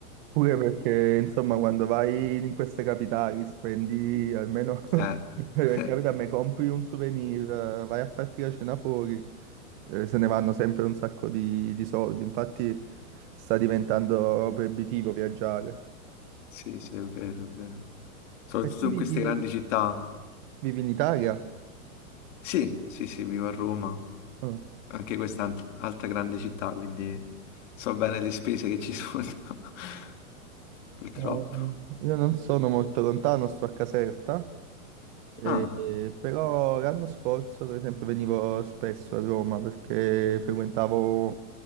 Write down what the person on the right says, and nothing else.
Pure perché, insomma, quando vai in queste capitali, spendi almeno, <laughs>
per
capita, me compri un souvenir, eh, vai a farti la cena fuori, eh, se ne vanno sempre un sacco di, di soldi. Infatti sta diventando proibitivo viaggiare.
E tu
vivi,
vivi in Italia?
Ah.
No, Io non sono molto lontano, sto a Caserta, e-
e- però l'anno scorso, per esempio, venivo spesso a Roma perché frequentavo